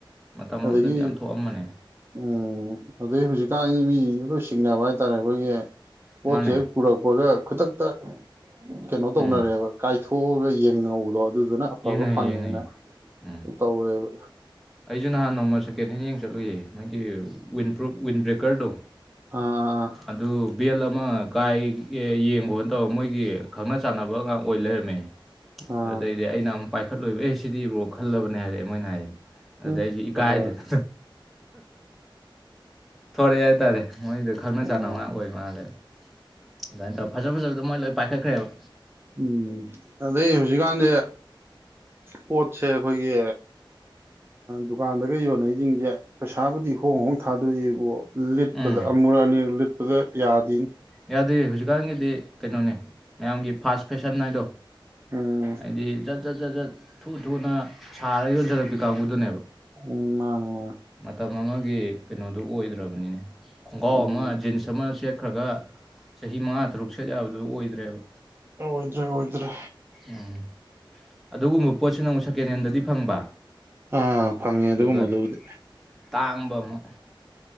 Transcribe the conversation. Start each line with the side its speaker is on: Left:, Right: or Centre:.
Centre: ꯃꯇꯝ
Right: ꯑꯗꯒꯤ
Centre: ꯑꯃꯗꯗꯤ ꯌꯥꯝ ꯊꯣꯛꯑꯝꯕꯅꯦ
Right: ꯎꯝ ꯑꯗꯨꯗꯩ ꯍꯧꯖꯤꯛ ꯍꯧꯖꯤꯛꯀꯟꯒꯤ ꯃꯤꯁꯤꯡꯗꯨ ꯂꯣꯏ ꯁꯤꯡꯅꯕ ꯍꯥꯏꯇꯔꯦ ꯑꯩꯈꯣꯏꯒꯤ ꯄꯣꯠꯁꯦ
Centre: ꯃꯥꯅꯦ
Right: ꯍꯦꯛ ꯄꯨꯔꯛꯄꯒ ꯈꯨꯗꯛꯇ ꯀꯩꯅꯣ ꯇꯧꯅꯔꯦꯕ
Centre: ꯎꯝ
Right: ꯀꯥꯏꯊꯣꯛꯑꯒ ꯌꯦꯡꯅꯍꯧꯕꯗꯣ ꯑꯗꯨꯗꯨꯅ ꯑꯐꯕ
Centre: ꯌꯦꯡꯅꯩꯌꯦ
Right: ꯐꯪꯉꯦꯅ
Centre: ꯌꯦꯡꯅꯩꯌꯦ ꯎꯝ
Right: ꯇꯧꯋꯦꯕ
Centre: ꯑꯩꯁꯨ ꯅꯍꯥꯟ ꯅꯣꯡꯃ ꯁꯦꯀꯦꯟ ꯍꯦꯟ ꯌꯦꯡ ꯆꯠꯂꯨꯏꯌꯦ ꯃꯣꯏꯒꯤ ꯋꯤꯟ ꯄ꯭ꯔꯨꯞ ꯋꯤꯟ ꯕ꯭ꯔꯦꯀꯔꯗꯣ
Right: ꯑ ꯑꯥ ꯑꯥ
Centre: ꯑꯗꯨ ꯕꯦꯜ ꯑꯃ ꯀꯥꯏ ꯌꯦꯡꯈꯣꯅ ꯇꯧꯔ ꯃꯣꯏꯒꯤ ꯈꯪꯅ ꯆꯥꯟꯅꯕ ꯉꯥꯛ ꯑꯣꯏ ꯂꯩꯔꯝꯃꯦ
Right: ꯑꯥ
Centre: ꯑꯗꯨꯗꯩꯗꯤ ꯑꯩꯅ ꯑꯝ ꯄꯥꯏꯈꯠꯂꯨꯏꯕ ꯑꯩ ꯁꯤꯗꯤꯕꯣ ꯈꯜꯂꯕꯅꯦ ꯍꯥꯏꯔꯦ ꯃꯣꯏꯅ ꯍꯥꯏꯌꯦ ꯑꯗꯨꯗꯩ
Right: ꯎꯝ
Centre: ꯑꯩ ꯏꯀꯥꯏꯗꯅ
Right: ꯐꯖꯔꯦ
Centre: ꯊꯣꯔꯛꯑꯦ ꯍꯥꯏꯇꯔꯦ ꯃꯣꯏꯗꯣ ꯈꯪꯅ
Right: ꯎꯝ
Centre: ꯆꯥꯟꯅꯕ ꯉꯥꯛ ꯑꯣꯏ ꯃꯥꯜꯂꯦꯕ ꯑꯗꯨꯃꯥꯏ ꯇꯧꯔ ꯐꯖ ꯐꯖ ꯑꯗꯨ ꯃꯣꯏ ꯂꯣꯏ ꯄꯥꯏꯈꯠꯈ꯭ꯔꯦꯕ
Right: ꯎꯝ ꯑꯗꯩ ꯍꯧꯖꯤꯛꯀꯥꯟꯁꯦ ꯄꯣꯠꯁꯦ ꯑꯩꯈꯣꯏꯒꯤ ꯗꯨꯀꯥꯟꯗꯒ ꯌꯣꯟꯅꯩꯁꯤꯡꯁꯦ ꯄꯩꯁꯥꯕꯨꯗꯤ ꯍꯣꯡ ꯍꯣꯡ ꯊꯥꯗꯣꯛꯏꯕꯣ ꯂꯤꯠꯄꯗ
Centre: ꯎꯝ
Right: ꯑꯃꯨꯔꯛ ꯑꯅꯤꯔꯛ ꯂꯤꯠ ꯑꯗꯨꯗ ꯌꯥꯗꯤꯅꯦ
Centre: ꯌꯥꯗꯦ ꯍꯧꯖꯤꯛꯀꯥꯟꯒꯤꯗꯤ ꯀꯩꯅꯣꯅꯦ ꯃꯌꯥꯝꯒꯤ ꯐꯥꯁ ꯐꯦꯁꯟ ꯍꯥꯏꯗꯣ
Right: ꯎꯝ
Centre: ꯍꯥꯏꯗꯤ ꯖꯠ ꯖꯠ ꯖꯠ ꯖꯠ ꯊꯨ ꯊꯨꯅ ꯁꯥꯔꯒ ꯌꯣꯟꯖꯜꯔꯛꯄꯤ ꯀꯥꯡꯒꯨꯗꯨꯅꯦꯕ
Right: ꯎꯝ ꯃꯥꯅꯦ ꯃꯥꯅꯦ
Centre: ꯃꯇꯝ ꯑꯃꯒꯤ ꯀꯩꯅꯣꯗꯨ ꯑꯣꯏꯗ꯭ꯔꯕꯅꯤꯅꯦ ꯈꯣꯡꯒ꯭ꯔꯥꯎ
Right: ꯎꯝ
Centre: ꯑꯃ ꯖꯤꯟꯁ ꯑꯃ ꯁꯦꯠꯈ꯭ꯔꯒ ꯆꯍꯤ ꯃꯉꯥ ꯇꯔꯨꯛ ꯁꯦꯠ ꯌꯥꯕꯗꯨ ꯑꯣꯏꯗ꯭ꯔꯦꯕ
Right: ꯑꯣꯏꯗ꯭ꯔꯦ ꯑꯣꯏꯗ꯭ꯔꯦ
Centre: ꯎꯝ ꯑꯗꯨꯒꯨꯝꯕ ꯄꯣꯠꯁꯤꯅ ꯑꯃꯨꯛ ꯁꯦꯀꯦꯟꯍꯦꯟꯗꯗꯤ ꯐꯪꯕ
Right: ꯑꯥ ꯐꯪꯉꯦ ꯑꯗꯨꯒꯨꯝꯕꯗꯨꯕꯨꯗꯤ
Centre: ꯑꯗꯨꯒ ꯇꯥꯡꯕ ꯑꯃꯨꯛ